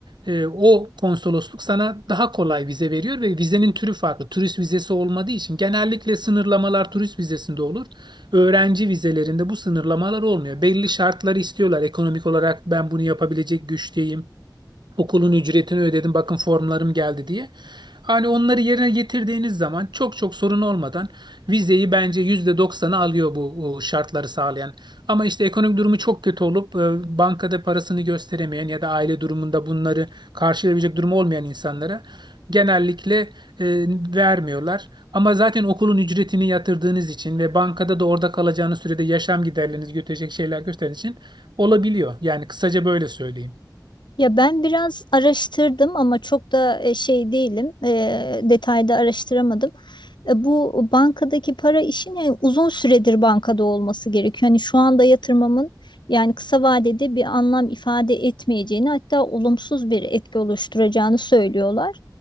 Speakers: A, on the right; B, on the left.
A: e, o konsolosluk sana daha kolay vize veriyor ve vizenin türü farklı. Turist vizesi olmadığı için genellikle sınırlamalar turist vizesinde olur. Öğrenci vizelerinde bu sınırlamalar olmuyor. Belli şartları istiyorlar. Ekonomik olarak ben bunu yapabilecek güçteyim. Okulun ücretini ödedim bakın formlarım geldi diye. Hani onları yerine getirdiğiniz zaman çok çok sorun olmadan vizeyi bence %90'ı alıyor bu o şartları sağlayan. Ama işte ekonomik durumu çok kötü olup e, bankada parasını gösteremeyen ya da aile durumunda bunları karşılayabilecek durumu olmayan insanlara genellikle e, vermiyorlar. Ama zaten okulun ücretini yatırdığınız için ve bankada da orada kalacağınız sürede yaşam giderlerinizi götürecek şeyler gösterdiğiniz için olabiliyor. Yani kısaca böyle söyleyeyim.
B: Ya ben biraz araştırdım ama çok da e, şey değilim, e, detayda araştıramadım. E, bu bankadaki para işini uzun süredir bankada olması gerekiyor. Hani şu anda yatırmamın yani kısa vadede bir anlam ifade etmeyeceğini hatta olumsuz bir etki oluşturacağını söylüyorlar.